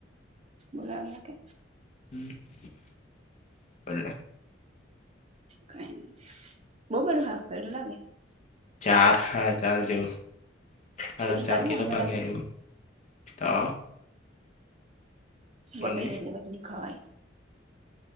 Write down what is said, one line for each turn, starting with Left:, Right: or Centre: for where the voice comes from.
Right: બોલાલા કે,
Left: <unintelligible>
Right: કઈ ની બોબધુ હાફ કયરુ લા મે,
Left: ચાર હાડા ચાર જેવો, સાડા
Right: તેટલું
Left: ચાર
Right: ચાલી
Left: કિલો
Right: જાહે બધાને
Left: ભાગે આયવુ તો,
Right: બગડી
Left: મને
Right: જાય એટલે બધી ની ખવાય.